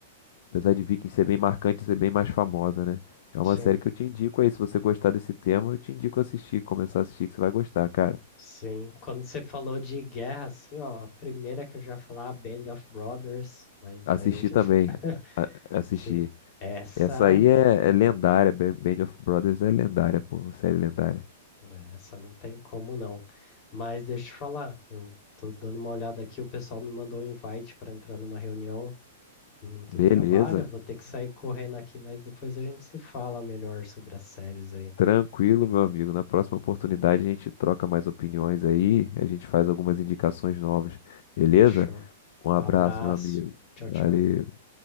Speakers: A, on the left; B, on the left.
A: Apesar de Vikings ser bem marcante, ser bem mais famosa, né? É uma
B: sim,
A: série que eu te indico aí. Se você gostar desse tema, eu te indico assistir, começar a assistir, que você vai gostar, cara.
B: sim. Quando você falou de guerra, assim, ó, a primeira que eu já ia falar, Band of Brothers, mas
A: assisti
B: daí a gente
A: também.
B: <laughs>
A: A assistir.
B: Que essa,
A: Essa aí é, é lendária. Ba- Band of Brothers é lendária, pô. Série lendária.
B: né, essa não tem como não. Mas deixa eu te falar, eu tô dando uma olhada aqui, o pessoal me mandou um invite para entrar numa reunião do, do
A: Beleza.
B: trabalho, eu vou ter que sair correndo aqui, mas depois a gente se fala melhor sobre as séries aí.
A: Tranquilo, meu amigo. Na próxima oportunidade a gente troca mais opiniões aí. A gente faz algumas indicações novas. Beleza?
B: Fechou.
A: Um abraço,
B: Abraço.
A: meu amigo.
B: Tchau, tchau.
A: Valeu.